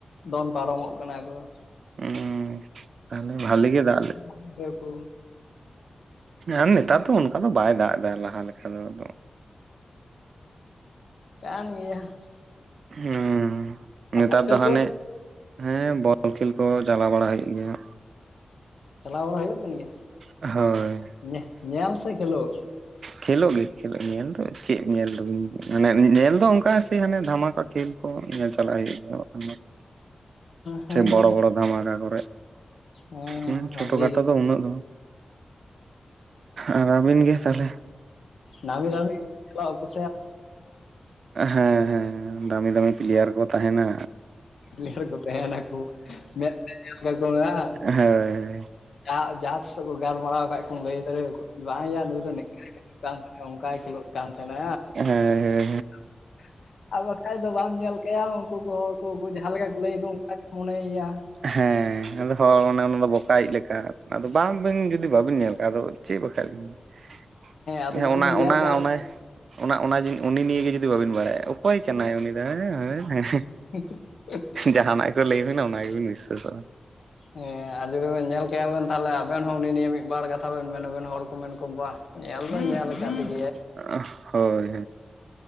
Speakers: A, on the left (about 80°); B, on the right (about 85°).
A: ᱫᱚᱱ ᱯᱟᱨᱚᱢᱚᱜ ᱠᱟᱱᱟ ᱠᱚ ᱾
B: ᱦᱩᱸ, ᱛᱟᱦᱞᱮ ᱵᱷᱟᱞᱮ ᱜᱮ ᱫᱟᱜ ᱞᱮᱫ
A: <unintelligible> ᱠᱩ ᱾
B: ᱟᱨ ᱱᱮᱛᱟᱨ ᱫᱚ ᱚᱱᱠᱟ ᱫᱚ ᱵᱟᱭ ᱫᱟᱜ ᱮᱫᱟ ᱞᱟᱦᱟ ᱞᱮᱠᱟ ᱫᱚ ᱟᱫᱚ ᱾
A: ᱠᱟᱱ ᱜᱮᱭᱟ ᱾
B: ᱦᱩᱸ ᱱᱮᱛᱟᱨ
A: ᱵᱚᱞ ᱠᱷᱮᱞ
B: ᱫᱚ ᱦᱟᱱᱮ
A: ᱠᱚ
B: ᱦᱮᱸ ᱵᱚᱞ ᱠᱷᱮᱞ ᱠᱚ ᱪᱟᱞᱟᱣ ᱵᱟᱲᱟ ᱦᱩᱭᱩᱜ ᱜᱮᱭᱟ ᱾
A: ᱪᱟᱞᱟᱣ ᱵᱟᱲᱟ ᱦᱩᱭᱩᱜ ᱠᱟᱱ ᱜᱮᱭᱟ?
B: ᱦᱳᱭ,
A: ᱧᱮ- ᱧᱮᱞ ᱥᱮ ᱠᱷᱮᱞᱳᱜ?
B: ᱠᱷᱮᱞᱳᱜ ᱜᱮ ᱠᱷᱮᱞᱳᱜ ᱧᱮᱞ ᱫᱚ ᱪᱮᱫ ᱧᱮᱞ ᱫᱚ ᱢᱟᱱᱮ ᱧᱮᱞ ᱫᱚ ᱚᱱᱠᱟ ᱥᱮ ᱦᱟᱱᱮ ᱫᱷᱟᱢᱟᱠᱟ᱾ ᱠᱷᱮᱞ ᱠᱚ ᱧᱮᱞ ᱪᱟᱞᱟᱜ ᱦᱩᱭᱩᱜ ᱜᱮᱭᱟ ᱵᱟᱝ ᱠᱷᱟᱱ ᱵᱟᱝ᱾
A: ᱦᱮᱸ
B: ᱥᱮ ᱵᱚᱲᱚ ᱵᱚᱲᱚ ᱫᱷᱟᱢᱟᱠᱟ ᱠᱚᱨᱮ
A: ᱦᱮᱸ
B: ᱦᱩᱸ ᱪᱷᱳᱴᱳ
A: ᱵᱷᱟᱜᱤ
B: ᱠᱷᱟᱴᱳ
A: ᱜᱮ
B: ᱫᱚ ᱩᱱᱟᱹᱜ ᱫᱚ ᱵᱟᱝ᱾ ᱟᱹᱵᱤᱱ ᱜᱮ ᱛᱟᱦᱞᱮ?
A: ᱱᱟᱹᱢᱤ ᱱᱟᱹᱢᱤ <unintelligible>
B: ᱦᱮᱸ ᱦᱮᱸ ᱫᱟᱹᱢᱤ ᱫᱟᱹᱢᱤ ᱯᱞᱮᱭᱟᱨ ᱠᱚ ᱛᱟᱦᱮᱸᱱᱟ᱾
A: ᱰᱮᱨ ᱠᱚ ᱛᱟᱦᱮᱸᱱᱟ ᱠᱚ ᱢᱮᱫ ᱛᱮ ᱧᱮᱞ ᱠᱟᱠᱚ ᱢᱮ ᱦᱟᱸᱜ?
B: ᱦᱳᱭ ᱦᱳᱭ,
A: ᱡᱟᱦᱟᱸ ᱡᱟᱦᱟᱸ ᱛᱤᱥᱦᱚᱸ ᱠᱚ ᱜᱟᱞᱢᱟᱨᱟᱣ ᱠᱷᱟᱡ ᱠᱚᱢ ᱞᱟᱹᱭ ᱫᱟᱲᱮᱭᱟᱠᱚᱣᱟ ᱵᱟᱝᱭᱟ ᱱᱩᱭ ᱫᱚ ᱱᱤᱝᱠᱮ ᱱᱤᱝᱠᱮ <unintelligible> ᱚᱝᱠᱟᱭ ᱠᱷᱮᱞᱳᱜ ᱠᱟᱱ ᱛᱟᱦᱮᱸᱱᱟ
B: ᱦᱮᱸ
A: ᱾ ᱟᱨ ᱵᱟᱠᱷᱟᱡ ᱫᱚ ᱵᱟᱢ ᱧᱮᱞ ᱠᱟᱭᱟ ᱩᱱᱠᱩ ᱠᱚ ᱠᱚ ᱡᱟᱦᱟᱸ ᱞᱮᱠᱟ ᱠᱚ ᱞᱟᱹᱭᱼᱟ ᱠᱚ᱾ ᱢᱚᱱᱮᱭᱟ᱾
B: ᱦᱮᱸ ᱟᱫᱚ ᱦᱚᱲ ᱚᱱᱮ ᱚᱱᱟ ᱫᱚ ᱵᱚᱠᱟᱭᱤᱡ ᱞᱮᱠᱟ᱾ ᱟᱫᱚ ᱵᱟᱝᱵᱤᱱ ᱡᱩᱫᱤ ᱵᱟᱹᱵᱤᱱ ᱧᱮᱞ ᱠᱟᱫ ᱟᱫᱚ ᱪᱮᱫ ᱵᱟᱠᱷᱟᱡ ᱾
A: ᱟᱫᱚ
B: ᱦᱮᱸ
A: ᱡᱩᱫᱤ
B: ᱚᱱᱟ
A: ᱵᱮᱱ ᱧᱮᱞ
B: ᱚᱱᱟ
A: ᱠᱟᱜᱼᱟ
B: ᱚᱱᱮ ᱚᱱᱟ ᱚᱱᱟ ᱡᱮ ᱩᱱᱤ ᱱᱤᱭᱮ ᱡᱩᱫᱤ ᱵᱟᱹᱵᱤᱱ ᱵᱟᱲᱟᱭᱟ ᱚᱠᱚᱭ ᱠᱟᱱᱟᱭ ᱩᱱᱤ ᱫᱚ ᱦᱮᱸ ᱦᱮᱸ᱾
A: <unintelligible>
B: ᱡᱟᱦᱟᱸᱱᱟᱜ ᱠᱚ ᱞᱟᱹᱭ ᱟᱹᱵᱤᱱᱟᱜ ᱚᱱᱟ ᱜᱮ ᱵᱤᱱ ᱵᱤᱥᱥᱟᱥᱚᱜᱼᱟ᱾
A: ᱦᱮᱸ ᱟᱨ ᱡᱩᱫᱤ ᱵᱮᱱ ᱧᱮᱞ ᱠᱟᱭᱟ ᱵᱮᱱ ᱛᱟᱦᱚᱞᱮ ᱾ ᱟᱵᱮᱱ ᱦᱚᱸ ᱩᱱᱤ ᱱᱤᱭᱟᱹ ᱢᱤᱫ ᱵᱟᱨ ᱠᱟᱛᱷᱟ ᱵᱮᱱ ᱢᱮᱱ ᱟᱵᱮᱱ ᱦᱚᱲ ᱠᱚ ᱢᱮᱱ ᱠᱚ ᱵᱟ ᱧᱮᱞ ᱫᱚ ᱧᱮᱞ ᱟᱠᱟᱫ ᱾
B: <unintelligible> ᱦᱳᱭ